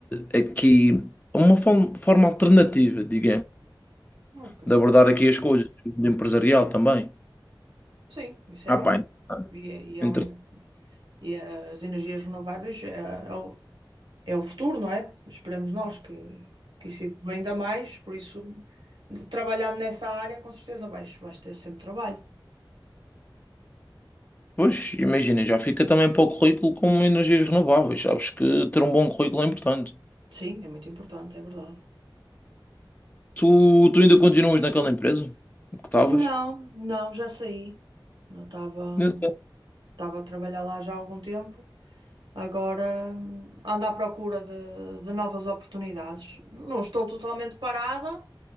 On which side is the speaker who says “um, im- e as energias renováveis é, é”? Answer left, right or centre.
Right